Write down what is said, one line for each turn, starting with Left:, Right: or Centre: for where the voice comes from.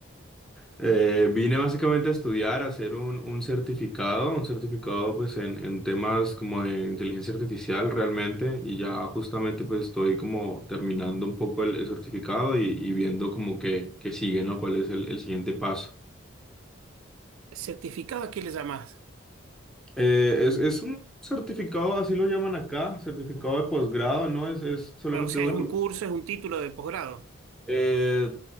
Centre: Eh, vine básicamente a estudiar, a hacer un, un certificado, un certificado pues en, en temas como de inteligencia artificial realmente y ya justamente pues estoy como terminando un poco el, el certificado y, y viendo como que, que sigue, ¿no? ¿Cuál es el, el siguiente paso?
Right: ¿Certificado a qué le llamás?
Centre: Eh, es, es un certificado, así lo llaman acá, certificado de posgrado, ¿no? Es, es solamente
Right: Ah, O sea,
Centre: dura.
Right: es un curso, es un título de posgrado.
Centre: eh,